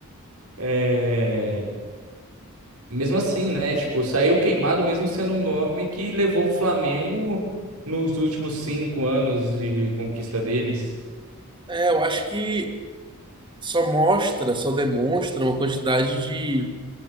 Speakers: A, on the right; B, on the right.
A: é, mesmo assim, né? Tipo, saiu queimado mesmo sendo um nome que levou o Flamengo nos últimos cinco anos de conquista deles.
B: É, eu acho que só mostra, só demonstra uma quantidade de